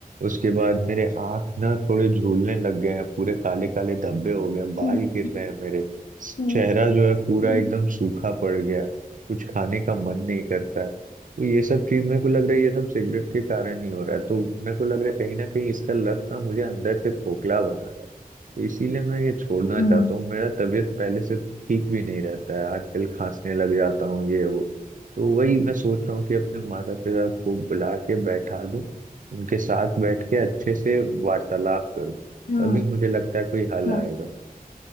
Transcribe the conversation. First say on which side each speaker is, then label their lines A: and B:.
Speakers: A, on the right (about 60°); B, on the left (about 70°).
A: उसके बाद मेरे आँख ना थोड़े झूलने लग गए हैं पूरे काले काले धब्बे हो गए हैं बाल
B: हम्म,
A: गिर रहे हैं मेरे
B: हम्म,
A: चेहरा जो है पूरा
B: हम्म,
A: एकदम सूखा पड़ गया है कुछ खाने का मन नहीं करता है तो ये सब चीज मेरे को लग रहा है ये सब सिगरेट के कारण ही हो रहा है तो मेरे को लग रहा है कहीं ना कहीं इसका लत ना मुझे अंदर से खोखला बना रहा है तो इसीलिए मैं ये छोड़ना
B: हाँ
A: चाहता हूँ मेरा तबीयत पहले से ठीक भी नहीं रहता है आजकल खांसने लग जाता हूँ ये वो तो वही मैं सोच रहा हूँ कि अपने माता पिता को बुला के बैठा दूं उनके साथ बैठ के अच्छे से वार्तालाप करूं
B: हाँ
A: तभी मुझे लगता है कोई हल
B: हाँ
A: आएगा